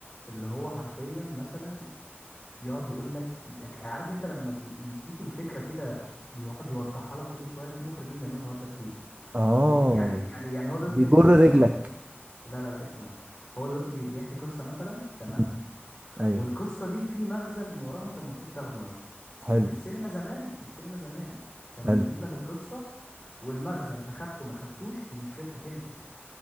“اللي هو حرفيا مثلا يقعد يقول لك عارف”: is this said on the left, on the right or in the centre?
Left